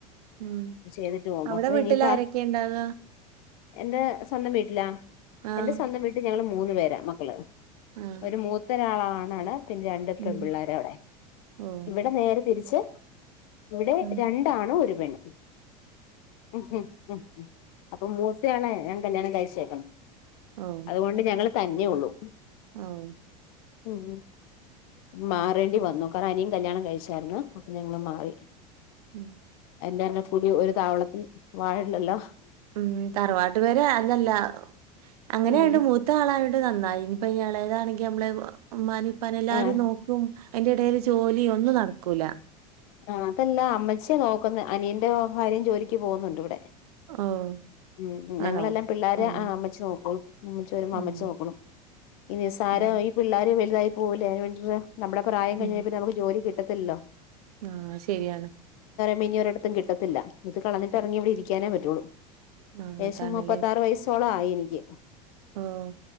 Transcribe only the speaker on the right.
ഉം.
അവിടെ
വീട്ടിൽ
ആരൊക്കെയാ ഇണ്ടാക?
ആഹ്.
ആഹ്.
ഉം.
ഓഹ്.
ഉം.
ഓഹ്.
ഓഹ്
ഉം
ഉം തറവാട്ട് പേര് അല്ലല്ല അങ്ങനെയണ്ട്
മൂ ത്ത ആളായോണ്ട് നന്നായി ഇനിപ്പ ഏളെതാണെങ്കിൽ നമ്മള് മ്മാനിപാനിം എല്ലാരും
നോക്കും അയിൻ്റെ ഇടൽ ജോലിം ഒന്നും നടക്കൂല
ഓഹ്
ആണോ?
ഉം
ഉം
ഉം
ഉം
ആഹ് ശരിയാണ്
ആഹ്
അതാണ്ല്ലേ.
ഓഹ്